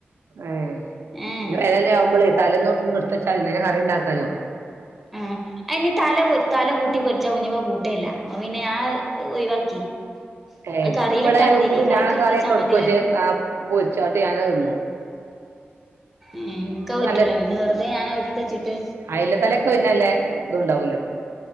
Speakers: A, on the right; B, in the centre.
A: ആ <unintelligible>
B: ഏഹ്
A: ആവുമ്പളെ തലേന്നൊന്ന് ഇട്ത്തച്ചാല് ഇന്നന്നെ കറിണ്ടാക്കാലോ
B: ആ അയ്നി തല പൊ തല കൂട്ടിപൊരിച്ചാ കുഞ്ഞിപ്പ കൂട്ടേല്ല അപ്പപിന്നെ ഞാ അഹ് ഒഴിവാക്കി
A: ഏ
B: അത്
A: ഞാവിടെ
B: കറിയിലിട്ടാ മതിയേനി കറിക്ക്
A: ഞാൻ
B: എടുത്ത്
A: തലൊക്കെ
B: വെച്ചാ
A: എടുക്കു
B: മതിയേനി
A: പക്ഷേ പൊരിച്ചാട്ട് ഞാൻ തന്നെ തിന്നും
B: മ് ഇന്ക്കത്
A: ഇൻക്ക്
B: പറ്റൂല പിന്നെ വെറുതെ ഞാനത് ഇട്ത്തച്ചട്ട്
A: അയില തലൊക്കെ പിന്നെയല്ലാതുണ്ടാവല്ലോ